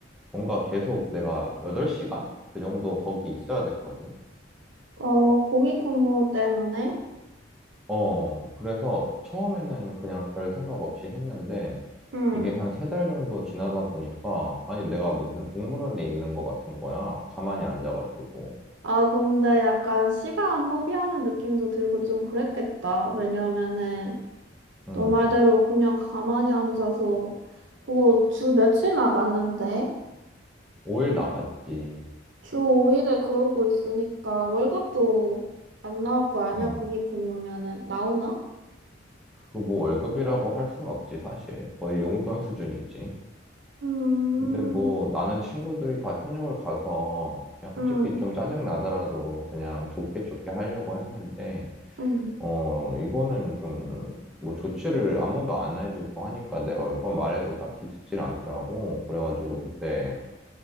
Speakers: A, in the centre; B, on the right (about 65°).
A: 뭔가 계속 내가 8시간? 그 정도 거기 있어야 됐거든.
B: 어, 공익근무 때문에?
A: 어, 그래서 처음에는 그냥 별 생각 없이 했는데
B: 응.
A: 이게 한 세 달 정도 지나다 보니까 아니 내가 무슨 동물원에 있는 것 같은 거야. 가만히 앉아가지고.
B: 아, 근데 약간 시간 허비하는 느낌도 들고 좀 그랬겠다. 왜냐면은
A: 음,
B: 너 말대로 그냥 가만히 앉아서 그거 주 며칠 나갔는데
A: 5일 나갔지.
B: 주 5일에 그러고 있으니까 월급도 안 나올 거 아니야?
A: 음,
B: 공익근무면은 나오나?
A: 그 뭐 월급이라고 할 순 없지 사실. 거의 용돈 수준이지.
B: 음,
A: 근데 뭐 나는 친구들이 다 현역을 가서 그냥 솔직히
B: 음,
A: 좀 짜증 나더라도 그냥 좋게 좋게 하려고 했는데
B: 음,
A: 어, 이거는 좀, 뭐, 조치를 아무도 안 해주고 하니까 내가 몇 번 말해도 딱히 듣질 않더라고. 그래가지고 그때,